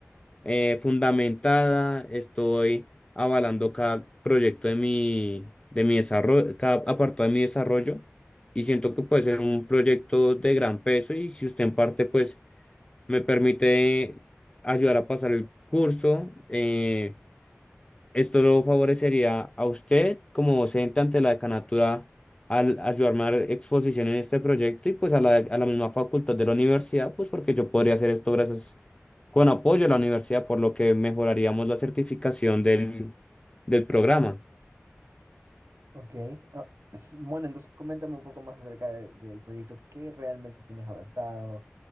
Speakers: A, on the left; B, on the right.
A: eh, fundamentada, estoy avalando cada proyecto de mi, de mi desarrollo, cada apartado de mi desarrollo y siento que puede ser un proyecto de gran peso y si usted en parte pues me permite ayudar a pasar el curso, eh, esto lo favorecería a usted como docente ante la decanatura al ayudarme a dar exposición en este proyecto y pues a la, a la misma facultad de la universidad, pues porque yo podría hacer esto gracias con apoyo a la universidad, por lo que mejoraríamos la certificación del, del programa.
B: ok. Ah, <clears throat> Bueno, entonces coméntame un poco más acerca de- del proyecto. ¿Qué realmente tienes avanzado?